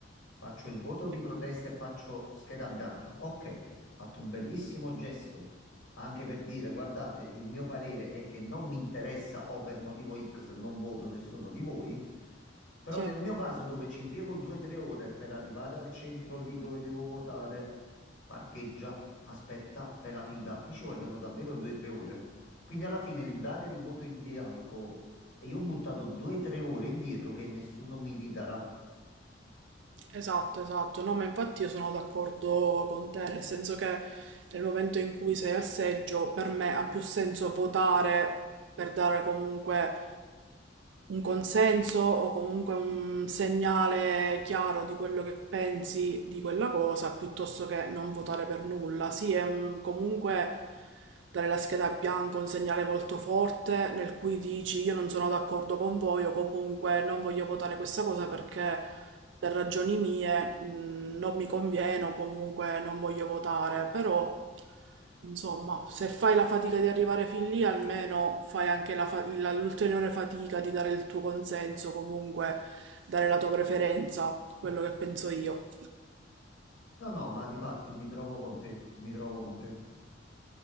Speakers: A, on the left (about 70°); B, on the right (about 70°).
A: Faccio il voto
B: sì,
A: di protesta e faccio scheda bianca. Ok, ho fatto un bellissimo gesto anche per dire, guardate, il mio parere è che non mi interessa o per motivo X non voto nessuno di voi. Però
B: sì,
A: nel mio caso dove ci impiego 2-3 ore per arrivare al centro lì dove devo votare, parcheggia, aspetta, fai la fila, mi ci vogliono davvero 2-3 ore. Quindi alla fine il dare il voto in bianco e io ho buttato 2-3 ore indietro che nessuno mi ridarà.
B: esatto, esatto. No, ma infatti io sono d'accordo con te, nel senso che nel momento in cui sei al seggio, per me ha più senso votare per dare comunque un consenso o comunque un segnale chiaro di quello che pensi di quella cosa, piuttosto che non votare per nulla. Sì, è un- comunque dare la scheda bianca è un segnale molto forte nel cui dici io non sono d'accordo con voi o comunque non voglio votare questa cosa perché per ragioni mie mh, non mi conviene o comunque non voglio votare, però Insomma, se fai la fatica di arrivare fin lì, almeno fai anche la fa- la- l'ulteriore fatica di dare il tuo consenso, comunque dare la tua preferenza, quello che penso io.
A: No, no, ma difatti mi trovo con te, mi trovo con te.